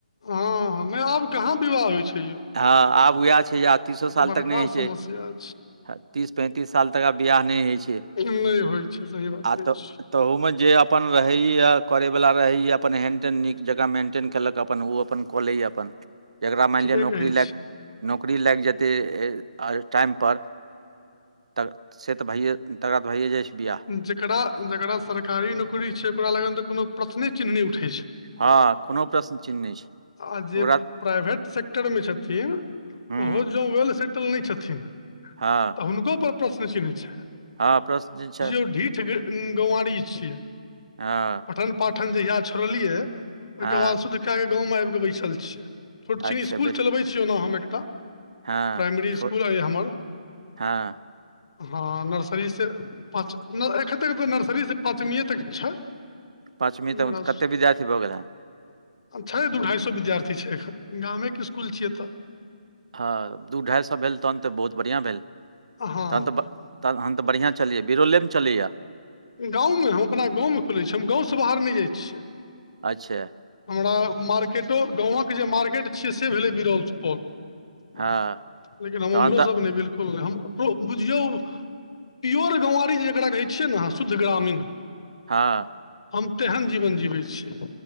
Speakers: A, on the left; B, on the right.
A: हँ, मे आब कहाँ विवाह होइ छै यौ- -
B: हँ आब उएह छै जे आ तीसो साल
A: बड़का
B: तक नहि होइ छै।
A: समस्या
B: तीस पैंतीस साल तक आ बियाह नहि होइ छै,
A: नहि होइ छै सही बात
B: आब
A: कहै
B: तऽ
A: छी
B: तहूमे जे अपन रहैएए करैवला रहैया अपन हेंड तटेड नीक जकाँ मेन्टेन केलक अपन ओ अपन- - क ले अपन जेकरा मानि
A: ठीके
B: ल न-
A: कहै
B: - नौकरी लागि जेतै ए टाइमपर- - तऽ से तऽ भइयए तकरा तऽ भैए जाइ छै बिआह-
A: छी
B: -
A: जेकरा- जेकरा सरकारी नौकरी छै, ओकरा लग तऽ कोनो प्रश्ने चिन्ह नहि उठै छै।
B: हँ कोनो प्रश्न चिन्ह नहि छै
A: आ जे
B: ओकरा- -
A: प्राइवेट सेक्टरमे छथिन
B: हूँ
A: ओहो जँ वेल सेटल नहि छथिन। तऽ
B: हँ
A: हुनकोपर प्रश्न चिन्ह छै।
B: हँ, प्रश्न चिन्ह छै।
A: ओ ढीठ गवारी छियै।
B: हँ- -
A: पठन पाठन जहिया छोड़लियै ओहिके
B: हँ
A: बाद शुद्ध कए क गाँवमे आबिकऽ बैसल छियै। छोट छिन
B: अच्छा
A: स्कुल
B: बैस
A: चलबैत छी ओना हम एकटा
B: हँ
A: प्राइमरी
B: छो
A: स्कुल अइ हमर- -
B: हँ- -
A: हँ नर्सरीसँ पाँच न एखन तक तऽ नर्सरीसँ पाँचमीए तक छै।
B: पाँचमी तक
A: मरस
B: कतेक विद्यार्थी भऽ गेल हँ
A: छै, दू ढ़ाइ सए विद्यार्थी छै एखन- - गामेके स्कूल छियै तऽ- -
B: हँ दू ढाइ सए भेल तहन तऽ बहुत बढ़िआँ भेल
A: हँ
B: तहन तऽ ब-
A: हँ
B: - तहन तऽ बढ़िआँ चलैए बिरलेमे चलैयए- -
A: गाँवमे हम अपना गाँवमे खुलै छी, हम गाँवसँ बाहर नहि जाइ छियै।
B: अच्छा- -
A: हमरा मार्केटो गामवक जे मार्केट छियै से भेलै, बिरौल सुपौल -
B: हँ
A: - लेकिन हम
B: तहन
A: उमरो
B: तऽ
A: सब नहि बिलकुल नहि हम बुझियौ- - प्योर गौवारी जे जकरा कहै छियै ने अहाँ शुद्ध ग्रामीण- -
B: हँ
A: हम तेहन जीवन जिबै छियै।